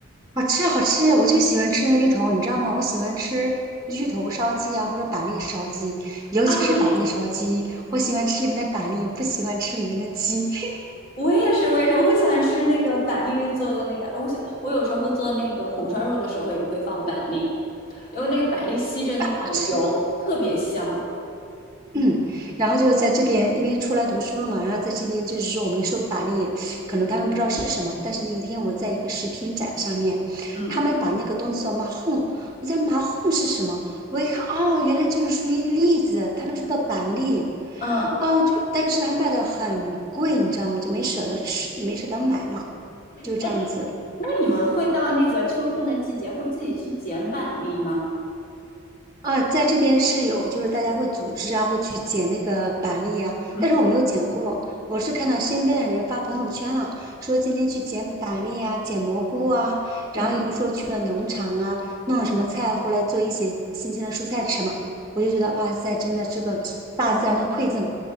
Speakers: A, on the right; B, on the left.
A: 好吃好吃，我就喜欢吃那芋头，你知道吗？我喜欢吃芋头烧鸡啊，或者板栗烧鸡，尤其是板栗烧鸡，
B: 啊，我也
A: 我喜欢吃里面的板栗，不喜欢吃里面的鸡，<laughs>
B: 我也是，我也是，我会喜欢吃那个板栗做的那个。哎我想我有时候做那个红烧肉的时候也会放板栗，因为那个板栗吸着那个油特别香。
A: 好吃。嗯，然后就是在这边，因为出来读书了嘛，然后在这边就是说我们说板栗，可能他们不知道是什么，但是那一天我在一个食品展上面，
B: 嗯。
A: 他们把那个东西叫马哄，我在马哄是什么？我一看，哦，原来就是属于栗子，他们说的板栗，
B: 嗯，
A: 哦，就但是他卖的很贵，你知道吗？就没舍得吃，没舍得买嘛，就这样子。
B: 哎，那你们会到那个秋天的季节，会自己去捡板栗吗？
A: 啊，在这边是有，就是大家会组织啊，会去捡那个板栗啊，
B: 嗯
A: 但是我没有捡过，我是看到身边的人发朋友圈了，说今天去捡板栗啊，捡蘑菇啊，
B: 嗯，
A: 然后又说去了农场啊，弄了什么菜回来做一些新鲜的蔬菜吃嘛，我就觉得哇塞，真的是个 <tsk> 大自然的馈赠。